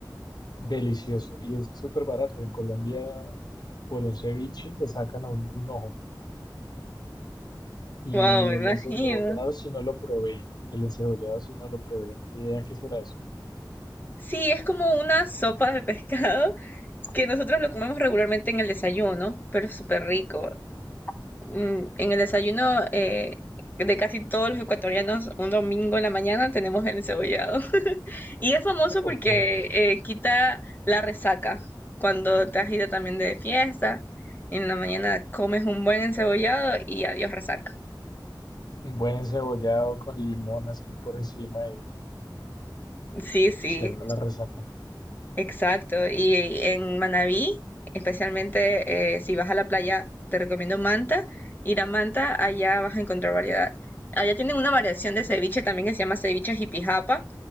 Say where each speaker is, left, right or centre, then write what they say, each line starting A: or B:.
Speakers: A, on the left; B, on the left.
A: delicioso y es súper barato. En Colombia, por un ceviche le sacan a uno un ojo. Y
B: Wow, me imagino.
A: el encebollado si no lo probé. El encebollado si no lo probé. Ni idea qué será eso.
B: Sí, es como una sopa de pescado <laughs> que nosotros lo comemos regularmente en el desayuno, pero es súper rico. Mm, En el desayuno eh, de casi todos los ecuatorianos, un domingo en la mañana tenemos el encebollado. <laughs> Y es famoso
A: <laughs>
B: porque
A: Ok.
B: eh, quita la resaca. Cuando te has ido también de fiesta, en la mañana comes un buen encebollado y adiós resaca.
A: Un buen encebollado con limón así por encima y
B: Sí, sí.
A: se va la resaca.
B: Exacto, y en Manabí, especialmente eh, si vas a la playa, te recomiendo Manta. Ir a Manta, allá vas a encontrar variedad. Allá tienen una variación de ceviche también que se llama ceviche jipijapa,